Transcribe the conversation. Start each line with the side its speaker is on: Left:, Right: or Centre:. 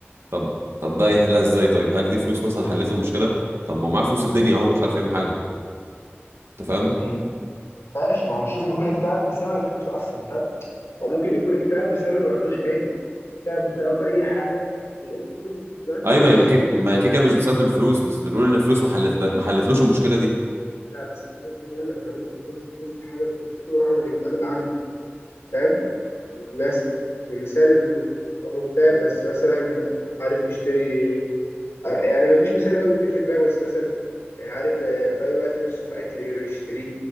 Right: طب طب ده يحلها ازاي طيب هل دي فلوس مثلا حلت له مشكله طب ما هو معاه فلوس الدنيا اهو مش عارف يعمل حاجه انت فاهم
Left: مم. ماشي ما هو مش لازم يكون اكتئاب بسبب الفلوس أصلا فاهم هو ممكن يكون اكتئاب بسبب إنه ما عندوش عيلة تعب بسبب اي حاجه غير الفلوس يعني
Right: اي
Left: مثلا
Right: ما هي
Left: اصلا
Right: كيك-
Left: بتر...
Right: ما هي كيكه مش بسبب الفلوس بس بنقول ان الفلوس ما حلت ما حلتلوش المشكله دي
Left: لا بس انت مو- مين قال لك انا ممكن تكون الفلوس في حاجه بتبسطه ورغم الاكتئاب اللي عنده فاهم ب- بس بمثال انه هو مكتئب بس مثلا عارف يشتري يعني ما فيش مثال قوي كبير في دماغي بس مثلا عارف آه، في اي وقت نفسه في اكل يشتريه